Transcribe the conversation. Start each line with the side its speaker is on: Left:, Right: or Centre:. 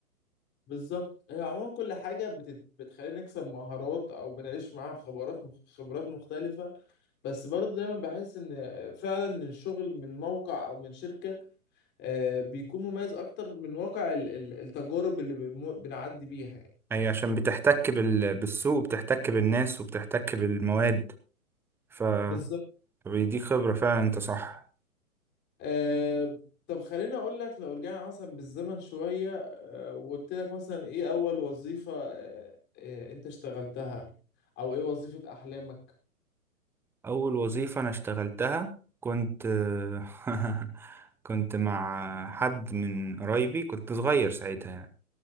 Left: بالظبط هي عموما كل حاجه بت... بتخلينا نكسب مهارات او بنعيش معاها خبرات مخ... خبرات مختلفه بس برضه دايما بحس ان فعلا الشغل من موقع او من شركه آه بيكون مميز اكتر من واقع ال... ال- التجارب اللي بن... بنعدي بيها يعني.
Centre: أي عشان بتحتك بال... بالسوق وبتحتك بالناس وبتحتك بالمواد ف
Left: بالظبط.
Centre: فبيديك خبرة فعلا أنت صح
Left: آه طب خليني اقول لك لو رجعنا مثلا بالزمن شوية آه وقلت لك مثلا ايه اول وظيفة آه آه انت اشتغلتها او ايه وظيفة احلامك
Centre: أول وظيفة أنا اشتغلتها كنت <laughs> كنت مع حد من قرايبي كنت صغير ساعتها يعني